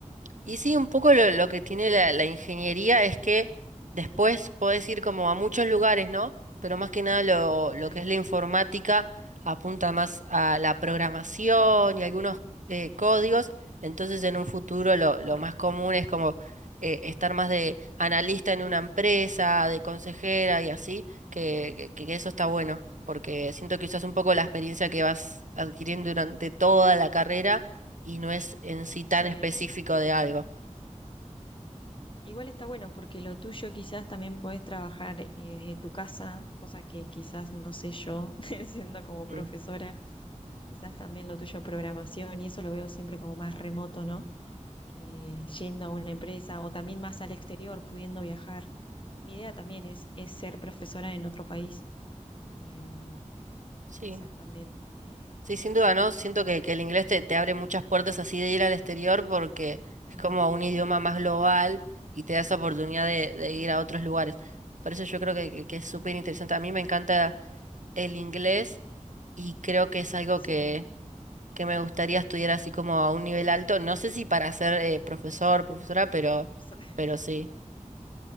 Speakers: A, on the right (about 75°); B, on the left (about 40°).
A: Y sí, un poco lo, lo que tiene la, la ingeniería es que después podés ir como a muchos lugares, ¿no? Pero más que nada lo, lo
B: Sí,
A: que es la informática. apunta más a la programación y algunos eh, códigos, entonces en un futuro lo,
B: está
A: lo
B: bueno.
A: más común es como eh, estar más de analista en una empresa, de consejera y así, que, que- que eso está bueno, porque siento que usas un poco la experiencia que vas adquiriendo durante toda la carrera y no es en sí tan
B: Sí.
A: específico de algo.
B: Igual está bueno porque lo tuyo quizás también podés trabajar eh, desde tu casa, cosa que quizás no sé yo <laughs> siendo como profesora.
A: Mm.
B: Quizás también lo tuyo programación y eso lo veo siempre como más remoto, ¿no? que yendo a una empresa o también más al exterior, pudiendo viajar. Mi idea también es, es ser profesora en otro país, em,
A: Sí.
B: quizás también eh,
A: Sí,
B: viajar.
A: sin duda, ¿no? Siento que, que el inglés te, te abre muchas puertas así de ir al exterior porque
B: Ah,
A: es como un idioma más global y te da esa oportunidad de, de ir a otros lugares. Por eso yo creo que, que, que es súper interesante. A mí me encanta el inglés y creo que es algo
B: Sí.
A: que, que me gustaría estudiar así como a un nivel alto. No sé si para ser eh, profesor, profesora, pero,
B: So-
A: pero
B: <laughs>
A: sí.